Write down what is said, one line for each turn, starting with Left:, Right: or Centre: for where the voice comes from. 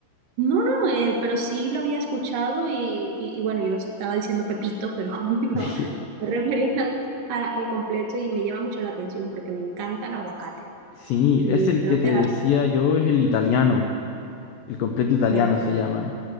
Right: No, no, eh, pero sí lo había escuchado y, y- y bueno, yo estaba diciendo Pepito, pero <laughs> no,
Left: <laughs>
Right: me refería a- al completo y me llama mucho la atención porque me encanta el aguacate.
Left: Sí,
Right: Y
Left: es el
Right: creo
Left: que te
Right: que era...
Left: decía yo, es el italiano, el completo italiano
Right: Ok,
Left: se llama.